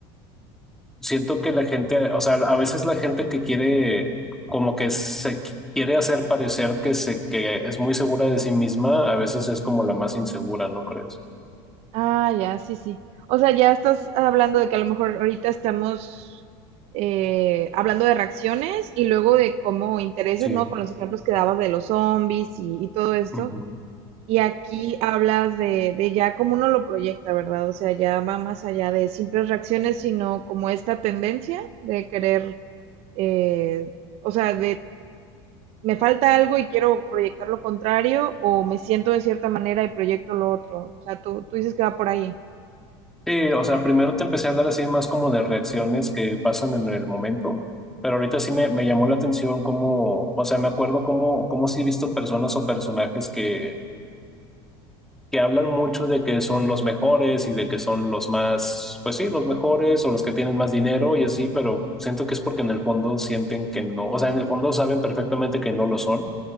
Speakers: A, in the centre; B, on the right.
A: siento que la gente, o sea, a veces la gente que quiere, como que se quiere hacer parecer que, se, que es muy segura de sí misma, a veces es como la más insegura, ¿no crees?
B: Ah, ya, sí, sí. O sea, ya estás hablando de que a lo mejor ahorita estamos eh, hablando de reacciones y luego de cómo intereses,
A: Sí.
B: ¿no? Con los ejemplos que dabas de los zombies y, y todo esto.
A: Ujú.
B: Y aquí hablas de, de ya cómo uno lo proyecta, ¿verdad? O sea, ya va más allá de simples reacciones, sino como esta tendencia de querer, eh, o sea, de me falta algo y quiero proyectar lo contrario o me siento de cierta manera y proyecto lo otro. O sea, tú, tú dices que va por ahí.
A: Sí, o sea, primero te empecé a hablar así más como de reacciones que pasan en el momento. Pero ahorita sí me, me llamó la atención cómo, o sea, me acuerdo cómo, cómo sí he visto personas o personajes que que hablan mucho de que son los mejores y de que son los más, pues sí, los mejores o los que tienen más dinero y así, pero siento que es porque en el fondo sienten que no, o sea, en el fondo saben perfectamente que no lo son,